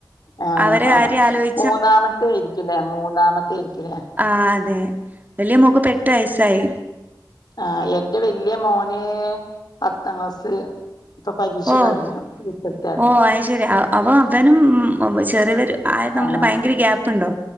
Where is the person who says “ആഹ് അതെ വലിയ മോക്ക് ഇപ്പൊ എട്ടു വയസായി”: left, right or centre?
Right